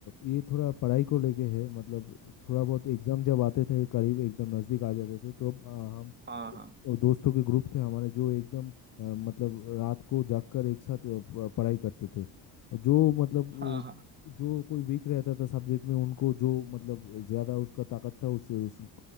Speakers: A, on the left (about 45°); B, on the right (about 25°).
A: ये थोड़ा पढ़ाई को लेके है मतलब थोड़ा बहुत एग्जाम जब आते थे करीब एकदम नज़दीक आ जाते थे तो अ, हम
B: हाँ
A: और दोस्तों के ग्रुप थे हमारे जो एकदम अ, मतलब रात को जागकर एक साथ अ, प- पढ़ाई करते थे जो मतलब
B: हाँ
A: वो-
B: हाँ हाँ
A: जो कोई वीक रहता था सब्जेक्ट में उनको जो मतलब ज्यादा उसका ताकत था उस, उस